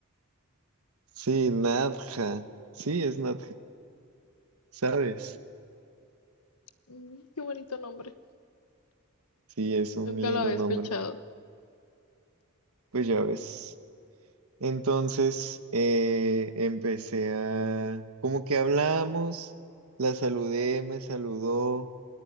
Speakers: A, on the right; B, on the left.
A: Sí, Nadja. Sí, es Nadja. ¿Sabes?
B: Mm, qué bonito nombre.
A: Sí, es un
B: Nunca
A: lindo
B: lo había
A: nombre.
B: escuchado.
A: Pues ya ves. Entonces, eh, empecé a... Como que hablamos, la saludé, me saludó,